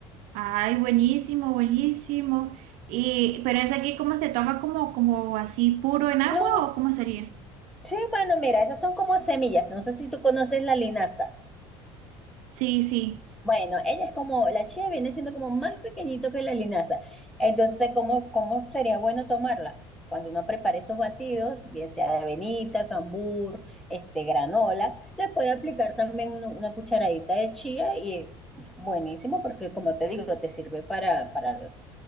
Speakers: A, on the right (about 65°); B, in the centre.
A: Ay, buenísimo, buenísimo. Y, pero es aquí cómo se toma como, como así puro en agua
B: No,
A: o cómo sería?
B: sí, bueno, mira, esas son como semillas. No sé si tú conoces la linaza.
A: Sí, sí.
B: Bueno, ella es como, la chía viene siendo como más pequeñito que la linaza. Entonces, ¿cómo, cómo sería bueno tomarla? Cuando uno prepare esos batidos, bien sea de avenita, cambur, este, granola, le puede aplicar también uno- una cucharadita de chía y buenísimo porque, como te digo, te sirve para, para,